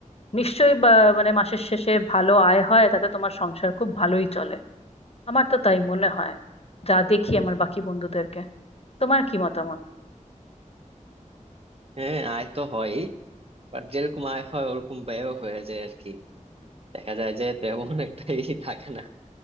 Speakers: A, on the left (about 50°); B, on the right (about 45°).
A: নিশ্চয়ই বা- মানে মাসের শেষে ভালো আয় হয় তাতে তোমার সংসার খুব ভালোই চলে আমার তো তাই মনে হয় যা দেখি আমার বাকি বন্ধুদেরকে তোমার কি মতামত
B: হ্যাঁ আয় তো হয় বাট যেরকম আয় হয় ওরকম ব্যয়ও হয়ে যায় আর কি দেখা যায় যে তেমন একটা ই <laughs> থাকে না